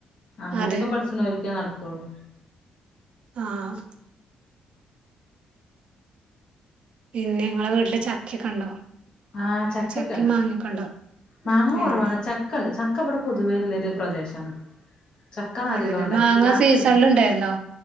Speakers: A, on the left; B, on the right.
A: അങ്ങനെക്കെ
B: അതെ
A: പഠിച്ചിനോൽക്കെ നടക്കുള്ളൂ
B: ആഹ് പിന്നെ നിങ്ങളെ
A: പിന്നെ
B: വീട്ടില് ചക്കക്കെ ഉണ്ടോ
A: ആ ചക്കയൊക്കെ
B: ചക്കെ
A: ഉണ്ട്
B: മാങ്ങയൊക്കെ ഉണ്ടോ
A: മാങ്ങ കൊറവാണ്
B: ഏഹ്
A: ചക്കണ്ട് ചക്ക ഇവിടെ പൊതുവേല്ലെരു പ്രദേശാണ് ചക്കാ നല്ലോണ്ട്
B: അതെല്ലേ മാങ്ങ
A: എല്ലായിടത്തും
B: സീസണിൽ
A: ണ്ട്
B: ഉണ്ടായിരുന്നോ